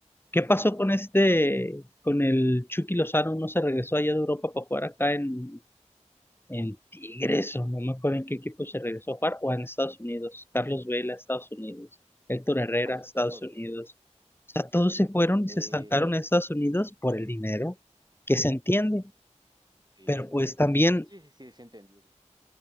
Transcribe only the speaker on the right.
¿no?
Ah,
Carlos
Vela.
Eh,
sí.
Sí, sí, sí, es entendible.